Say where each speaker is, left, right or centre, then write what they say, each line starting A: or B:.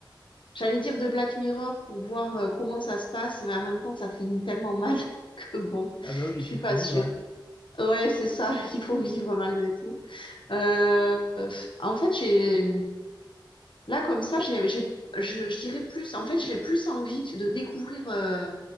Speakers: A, on the left; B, on the left.
A: j'allais dire de Black Mirror pour voir euh, comment ça se passe, mais en même temps, ça fait tellement mal <laughs> que bon,
B: Ah bah oui,
A: je
B: et puis
A: suis
B: il
A: pas
B: faut vivre,
A: sûre.
B: hein.
A: Ouais, c'est ça, <laughs> il faut vivre malgré tout. Euh, en fait, j'ai, là, comme ça, j'ai, j'ai, je, je dirais plus, en fait, j'ai plus envie de découvrir euh,